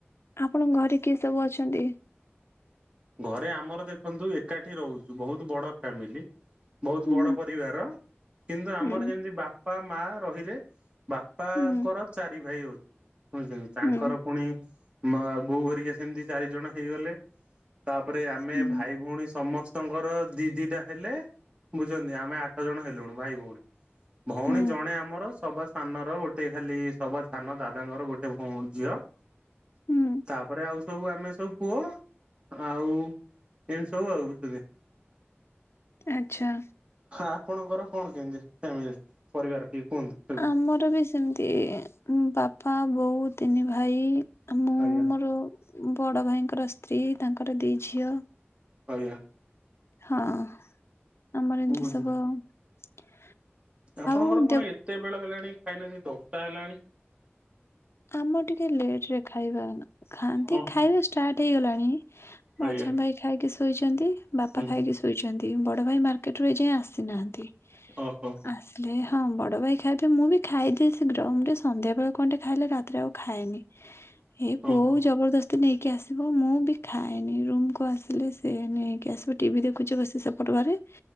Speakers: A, on the left; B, on the right.
A: ଆପଣଙ୍କ ଘରେ କିଏ ସବୁ ଅଛନ୍ତି?
B: ଘରେ ଆମର ଦେଖନ୍ତୁ ଏକାଠି ରହୁଛୁ ବହୁତ ବଡ ଫ୍ୟାମିଲି। ବହୁତ
A: ହୁଁ
B: ବଡ ପରିବାର କିନ୍ତୁ ଆମର
A: ହୁଁ
B: ଯେମିତି ବାପା ମା ରହିଲେ। ବାପାଙ୍କର
A: ହୁଁ
B: ଚାରି ଭାଇ ହଉଛନ୍ତି ହଉଛନ୍ତି ତାଙ୍କର
A: ହୁଁ
B: ପୁଣି। ମ ବୋଉ ଘେରିକା ସେମତି ଚାରି ଜଣ ହେଇଗଲେ ତାପରେ ଆମେ
A: ହୁଁ
B: ଭାଇ ଭଉଣୀ ସମସ୍ତେ। ସମସ୍ତଙ୍କର ଦି ଦି ଟା ହେଲେ ବୁଝୁଛନ୍ତି ଆମେ ଆଠ ଜଣ ହେଲୁଣି ଭାଇ ଭଉଣୀ। ଭଉଣୀ
A: ହୁଁ
B: ଜଣେ ଆମର ସବା ସାନ ର ଗୋଟେ ଖାଲି ସବା ସାନ ଦାଦାଙ୍କର ଗୋଟେ ଭଉ ଝିଅ।
A: ହୁଁ
B: ତାପରେ ଆଉ ସବୁ ଆମେ ସବୁ ପୁଅ। ଆଉ ଏମିତି ସବୁ ଆଉ ବୁଝୁଛନ୍ତି।
A: ଆଛା।
B: ଆପଣଙ୍କର କଣ କେମିତି ଫ୍ୟାମିଲି ପରିବାର ଟିକେ କୁହନ୍ତ?
A: ଆମର ବି ସେମିତି ବାପା, ବୋଉ, ତିନି ଭାଇ ଆମ
B: ଆଜ୍ଞା।
A: ରୁ ବଡ ଭାଇଙ୍କର ସ୍ତ୍ରୀ ତାଙ୍କର ଦି ଝିଅ।
B: ଆଜ୍ଞା।
A: ହଁ, ଆମର ଏମିତି
B: ବୁଝିଲି
A: ସବୁ ଆଉ।
B: ଆପଣଙ୍କର
A: ଆଉ
B: କଣ
A: ଦେବ
B: ଏତେ ବେଳ ହେଲାଣି ଖାଇନାହାନ୍ତି ଦଶଟା ହେଲାଣି?
A: ଆମ ଟିକେ ଲେଟ ରେ ଖାଇବା ଖାଆନ୍ତି।
B: ଓ
A: ଖାଇବା ଷ୍ଟାର୍ଟ ହେଇଗଲାଣି। ମଝିଆ
B: ଆଜ୍ଞା
A: ଭାଇ ଖାଇକି ଶୋଇଛନ୍ତି। ବାପା
B: ହୁଁ
A: ଖାଇକି
B: ହୁଁ
A: ଶୋଇଛନ୍ତି। ବଡ ଭାଇ ମାର୍କେଟରୁ ଏଯାଏ ଆସିନାହାନ୍ତି।
B: ଓହୋ
A: ଆସି ପ୍ଲେ ହଁ ବଡ଼ ଭାଇ ଖାଇଦିଏ। ମୁଁ ବି ଖାଇଦିଏ ଶୀଘ୍ର। ମୁଁ ଟିକେ ସନ୍ଧ୍ୟା ବେଳେ କଣ ଟିକେ ଖାଇଲେ ରାତିରେ ଆଉ ଖାଏନି। ଏ
B: ଓହୋ
A: ବୋଉ ଜବରଦସ୍ତି ନେଇ କି ଆସିବ ମୁଁ ବି ଖାଏନି। ରୁମ୍ କୁ ଆସିଲେ ସେ ନେଇକି ଆସିବ ଟିଭି ଦେଖୁଛି ବସି ସେପଟ ଘରେ। <inaudible>